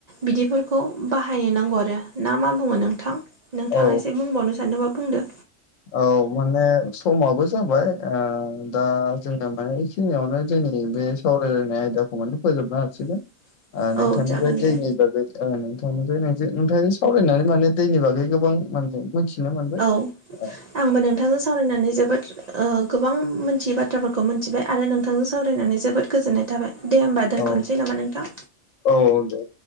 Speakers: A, on the right; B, on the left.
A: बिदिफोरखौ बाहायनो नांगौ आरो ना मा बुङो नोंथां नोंथांआ
B: औ
A: एसे बुंबावनो सानोदोंबख बुंदो
B: औ माने समाबो जाबाय ओ दा जोङो माने बेखिनिआवनो जोंनि बे सावरायलायनाय आयदाखौ माने फोजोबना होसैदे
A: <inaudible>
B: ओ नोंथांनिफ्राय
A: जागोन
B: दैनि
A: दे
B: बागै ओ नोंथांनिफ्राय नों नोंथां सावरायनानै माने दैनि बागै गोबां माने मिथिनो मोनबाय
A: औ
B: औ
A: आंबो नोंथांजों सा सावरायनानै जोबोद ओ गोबां मोनथियै बाथ्राफोरखौ मोनथिबाय आरो नोंथांजों सा सावरायनानै जोबोद गोजोननाय थाबाय दे होमबा दोनथ'नोसै
B: औ
A: नामा नोंथां?
B: औ दे